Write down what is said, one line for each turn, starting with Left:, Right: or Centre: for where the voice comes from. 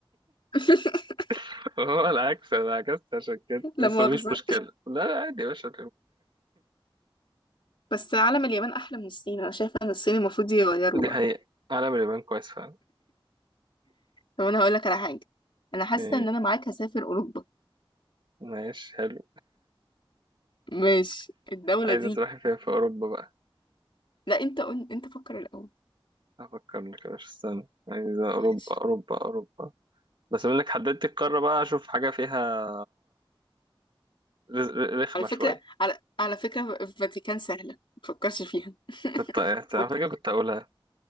Left: <laughs>
Right: <laughs> هو العكس انا عكست عشان كده
Left: لا
Right: بس
Left: مؤاخذة
Right: مفيش مشكله لا لا عادي يا باشا
Left: بس علم اليابان أحلى من الصين أنا شايفة إن الصين المفروض يغيره
Right: دي
Left: بقى
Right: حقيقة علم اليابان كويس فعلا
Left: طب أنا هقول لك على حاجة أنا حاسة
Right: ايه
Left: إن أنا معاك هسافر أوروبا
Right: ماشي حلو
Left: ماشي الدولة
Right: عايزة
Left: دي
Right: تروحي فين في أوروبا بقى
Left: لا انت قول انت فكر الاول
Right: افكر لك يا باشا استنى عايز اوروبا
Left: ماشي
Right: اوروبا اوروبا بس منك حددت القاره بقى اشوف حاجه فيها رز- ر- رخمه
Left: على فكرة
Right: شويه
Left: على على فكرة الفاتيكان سهلة ما تفكرش فيها <laughs>
Right: كنت على
Left: فك
Right: فكره كنت اقولها